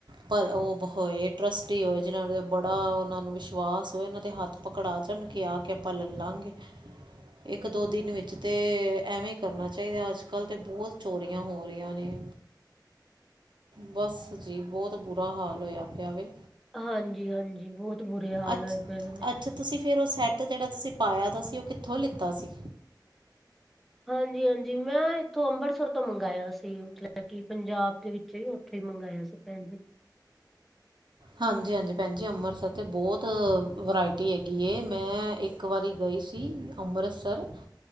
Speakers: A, on the right (about 80°); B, in the centre.
A: ਪਰ ਉਹ ਹੋਏ, ਟਰੱਸਟੀ ਹੋਏ, ਜਿਨਾਂ ਦੇ ਬੜਾ ਉਹਨਾਂ ਨੂੰ ਵਿਸ਼ -ਵਾਸ ਹੋਏ, ਇਹਨਾਂ ਦੇ ਹੱਥ ਪਕੜਾ ਜਾਣ, ਕੇ ਆ ਕੇ ਆਪਾਂ ਲੈ ਲਾਂਗੇ ਇੱਕ-ਦੋ ਦਿਨ ਵਿੱਚ ਤੇ ਐਵੇਂ ਹੀ ਕਰਨਾ ਚਾਹੀਦਾ, ਅੱਜ-ਕੱਲ੍ਹ ਤਾਂ ਬਹੁਤ ਚੋਰੀਆਂ ਹੋ ਰਹੀਆਂ ਨੇ। ਬਸ ਜੀ, ਬਹੁਤ ਬੁਰਾ ਹਾਲ ਹੋਇਆ ਪਿਆ ਵੇ।
B: ਹਾਂਜੀ-ਹਾਂਜੀ, ਬਹੁਤ। ਬੁਰੇ ਹਾਲ
A: ਅੱਛ,
B: ਹੋਏ ਪਏ ਦੇ ਨੇ।
A: ਅੱਛਾ ਤੁਸੀਂ ਫਿਰ ਉਹ ਸੈੱਟ ਜਿਹੜਾ ਤੁਸੀਂ ਪਾਇਆ ਤਾਂ ਸੀ ਉਹ ਕਿੱਥੋਂ ਲਿੱਤਾ ਸੀ?
B: ਹਾਂਜੀ-ਹਾਂਜੀ, ਮੈਂ ਇੱਥੋਂ ਅੰਮ੍ਰਿਤਸਰ ਤੋਂ ਮੰਗਾਇਆ ਸੀ ਮੱਤਲਬ ਕਿ ਪੰਜਾਬ ਦੇ ਵਿੱਚ ਚੇ ਉੱਥੇ ਹੀ ਮੰਗਾਇਆ ਸੀ, ਭੈਣਜੀ।
A: ਹਾਂਜੀ-ਹਾਂਜੀ, ਭੈਣਜੀ ਅੰਮ੍ਰਿਤਸਰ ਤੇ ਬਹੁਤ ਵਰਾਇਟੀ ਹੈਗੀ ਏ। ਮੈਂ ਇੱਕ ਇੱਕ ਵਾਰੀ ਗਈ ਸੀ ਅੰਮ੍ਰਿਤਸਰ,